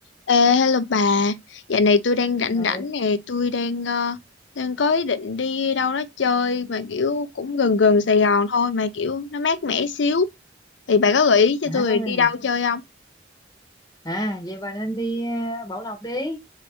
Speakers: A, on the left; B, on the left.
A: Ê, hello bà, dạo này tôi đang rảnh
B: ừ.
A: rảnh nè, tôi đang ờ, đang có ý định đi đâu đó chơi mà kiểu cũng gần gần Sài Gòn thôi mà kiểu nó mát mẻ xíu. Thì bà có gợi ý cho
B: à
A: tôi đi đâu chơi không?
B: à vậy bà nên đi à, Bảo Lộc đi